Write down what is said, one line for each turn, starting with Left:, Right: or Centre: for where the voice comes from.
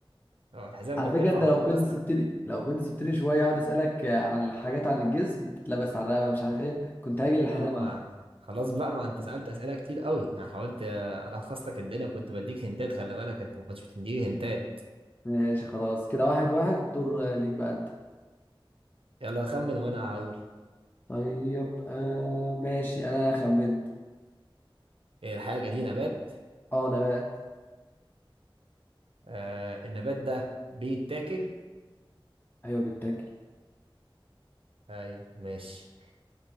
Right: اه الحزام
Left: على
Right: بتلفه
Left: فكرة انت
Right: حوالين
Left: لو كنت
Right: وسطك
Left: سبتني لو كنت سبتني شوية اقعد اسألك عن الحاجات عن الجسم بتتلبس على الرقبة مش عارف ايه كنت هاجي للحزام
Right: اه ما
Left: على فكرة
Right: خلاص بقى ما انت سألت أسئلة كتير قوي يعني حاولت آه، الخص لك الدنيا كنت بديك هنتات خلي بالك انت ما كنتش بتديني هنتات
Left: ماشي خلاص كده واحد واحد دور ليك بقى انت
Right: يلا خمن وانا هقول
Left: طيب آه ماشي انا خمنت
Right: إيه الحاجة دي نبات
Left: اه نبات
Right: آه النبات ده بيتاكل
Left: ايوه بيتاكل
Right: ايوه ماشي